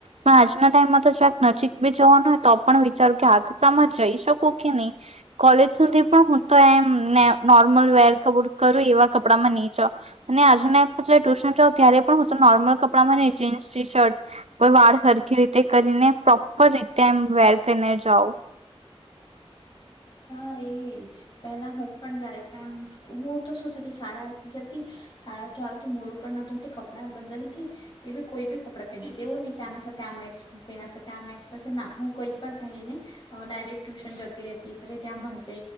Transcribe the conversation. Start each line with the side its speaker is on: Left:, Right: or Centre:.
Right: પણ આજના ટાઈમમાં તો જક નજીક બી જવાનું હોય તો પણ વિચારું કે આ કપડામાં જઈશ શકુ કે નહી. કોલેજ સુધી પણ હું તો એમ ને નોર્મલ વેર કબ કરું એવા કપડામાં નહી જાવ અને આજના જય ટ્યુશન જાઓ ત્યારે પણ હું તો નોર્મલ કપડામાં નહી જીન્સ ટી શર્ટ કોઈ વાળ સરખી રીતે કરીને પ્રોપર રીતે એમ વેર કરીને જાવ.
Left: હા એજ પેલા હું પણ જ્યારે પણમ હું તો શું થતી શાળા જતી શાળાથી આવતી મોડું પણ ન ધોતી કપડા બદલતી એવી કોઈ બી કપડાં પહેરી દેવું નહી કે આના સાથે આ મેચ થશે એના સાથે આ મેચ થશે ના હું કઈ પણ પહેરીને અ ડાયરેક્ટ ટ્યુશન જતી રેતી. પછી ત્યાં ભણ તે